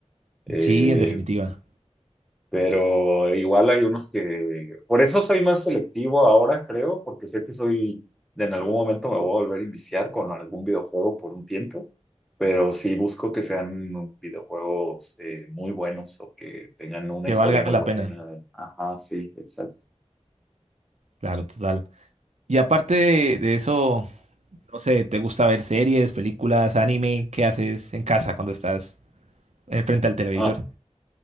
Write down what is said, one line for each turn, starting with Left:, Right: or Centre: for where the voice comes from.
Centre: Eh,
Right: Sí, en definitiva.
Centre: pero igual hay unos que, por eso soy más selectivo ahora, creo, porque sé que soy, en algún momento me voy a volver a iniciar con algún videojuego por un tiempo, pero sí busco que sean videojuegos eh, muy buenos o que tengan una
Right: Que
Centre: historia
Right: valga
Centre: muy
Right: la
Centre: buena.
Right: pena.
Centre: Ajá, sí, exacto.
Right: Claro, total. Y aparte de, de eso, no sé, ¿te gusta ver series, películas, anime? ¿Qué haces en casa cuando estás eh, frente al televisor?
Centre: Ajá.